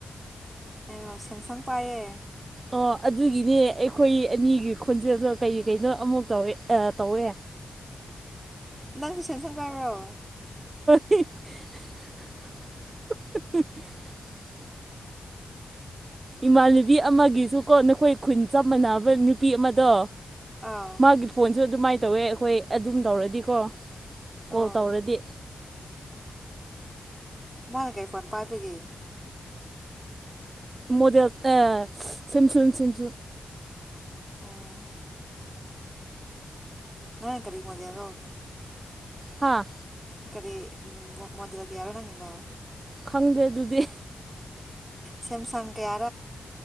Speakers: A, on the right (about 15°); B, on the right (about 40°).
A: ꯑꯦ ꯁꯦꯝꯁꯪ ꯄꯥꯏꯌꯦ꯫
B: ꯑꯣ ꯑꯗꯨꯒꯤꯅꯦ ꯑꯩꯈꯣꯏ ꯑꯅꯤꯒꯤ ꯈꯣꯟꯖꯦꯜꯗꯣ ꯀꯔꯤ ꯀꯩꯅꯣ ꯑꯃꯨꯛ ꯇꯧꯋꯦ ꯇꯧꯋꯦ꯫
A: ꯅꯪꯁꯨ ꯁꯦꯝꯁꯪ ꯄꯥꯏꯕ꯭ꯔꯣ꯫
B: <unintelligible> ꯏꯃꯥꯟꯅꯕꯤ ꯑꯃꯒꯤꯁꯨ꯫ ꯀꯣ ꯅꯈꯣꯏ ꯈꯨꯟ ꯆꯞ ꯃꯥꯟꯅꯕ ꯅꯨꯄꯤ ꯑꯃꯗꯣ꯫
A: ꯑꯥ
B: ꯃꯥꯒꯤ ꯐꯣꯟꯁꯨ ꯑꯗꯨꯃꯥꯏꯅ꯫ ꯀ ꯇꯧꯋꯦ ꯑꯩꯈꯣꯏ ꯑꯗꯨꯝ ꯇꯧꯔꯗꯤꯀꯣ꯫ ꯀꯣꯜ
A: ꯑꯥ
B: ꯇꯧꯔꯗꯤ꯫
A: ꯃꯥꯅ ꯀꯩ ꯐꯣꯟ ꯄꯥꯏꯕꯒꯦ꯫
B: ꯃꯣꯗꯦꯜ ꯑ ꯁꯤꯝꯁꯨꯡ ꯁꯤꯁꯨ꯫
A: ꯑꯣ꯫ ꯅ ꯀꯔꯤ ꯃꯖꯥꯗꯣ꯫
B: ꯍꯥꯥ꯫
A: ꯀꯔꯤ ꯃꯣꯗꯤꯗ ꯀꯌꯥꯕ ꯅ ꯀꯅ꯫
B: ꯈꯪꯗꯦ ꯑꯗꯨꯗꯤ꯫
A: ꯁꯤꯝꯁꯪ ꯀꯌꯥ꯫